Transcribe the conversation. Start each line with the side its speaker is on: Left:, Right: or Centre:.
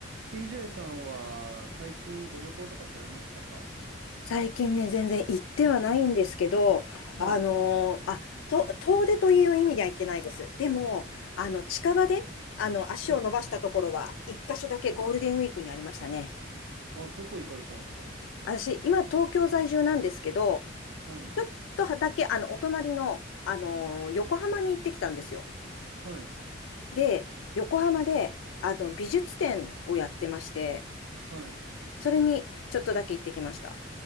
Right: TJ さんは最近ご旅行とかされましたか
Left: 最近ね、全然行ってはないんですけど、
Right: はい。
Left: あのーあ、と、遠出という意味では行ってないです。でも、あの、近場で、あの、足を伸ばしたところは、
Right: はい。
Left: 一箇所だけゴールデンウィークにありましたね。
Right: あ、どこ行かれたんですか
Left: 私、今、東京在住なんですけど、
Right: はい。
Left: ちょっとだけ、あの、お隣の、あのー横浜に行ってきたんですよ。
Right: はい。
Left: で、横浜で、あの、美術展をやってまして、
Right: は
Left: それに、ちょっとだけ行ってきました。